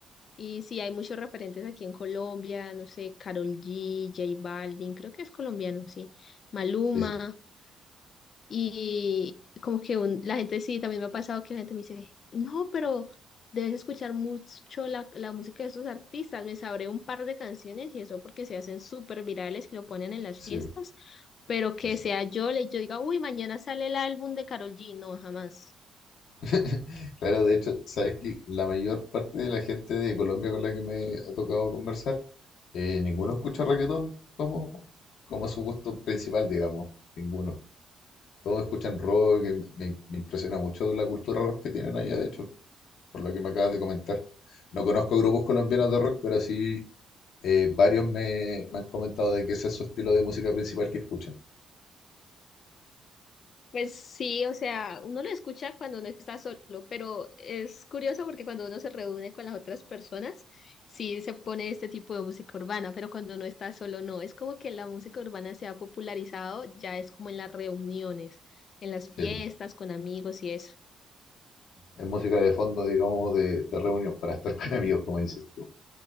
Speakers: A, on the left; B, on the left.
A: Y sí, hay muchos referentes aquí en Colombia, no sé, Karol G, J Balvin, creo que es colombiano, sí. Maluma.
B: Sí, sí,
A: Y como que un- la gente sí, también me ha pasado que la gente me dice, no, pero debes escuchar mucho la, la música de estos artistas, me sabré un par de canciones y eso porque se hacen súper virales, que lo ponen en las
B: sí,
A: fiestas, pero que
B: sí, sí.
A: sea yo, le, yo diga, uy, mañana sale el álbum de Karol G, no, jamás.
B: <laughs> Claro, de hecho, sabes que la mayor parte de la gente de Colombia con la que me ha tocado conversar, eh, ninguno escucha reggaetón como, como su gusto principal, digamos, ninguno. todos escuchan rock, que me, me impresiona mucho la cultura rock que tienen allá, de hecho, por lo que me acabas de comentar. No conozco grupos colombianos de rock, pero sí eh, varios me, me han comentado de que ese es su estilo de música principal que escuchan.
A: Pues sí, o sea, uno lo escucha cuando uno está solo, pero es curioso porque cuando uno se reúne con las otras personas, sí se pone este tipo de música urbana, pero cuando uno está solo no. Es como que la música urbana se ha popularizado, ya es como en las reuniones, en las fiestas
B: Sí,
A: con amigos y eso.
B: es música de fondo, digamos, de, de reunión, para estar con amigos, como dices tú.